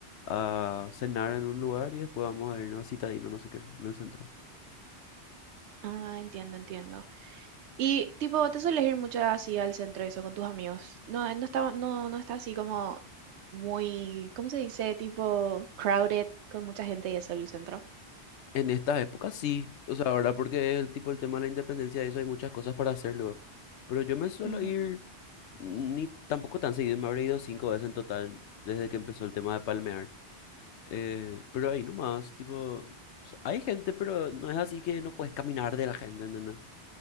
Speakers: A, on the left; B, on the right.
A: a cenar en un lugar y después vamos a irnos a Citadino, no sé qué, en el centro.
B: ah, entiendo, entiendo. Y tipo, ¿vos te sueles ir mucho así al centro y eso con tus amigos. No, eh, no está, no, no está así como muy, ¿cómo se dice? Tipo crowded con mucha gente y eso el centro.
A: En estas épocas sí, o sea, ahora porque el tipo el tema de la independencia y eso hay muchas cosas para hacerlo, pero yo me suelo
B: Ujú,
A: ir ni tampoco tan seguido, me habré ido cinco veces en total desde que empezó el tema de palmear. Eh, pero ahí nomás, tipo, so- hay gente, pero no es así que no puedes caminar de la gente, ¿entendés?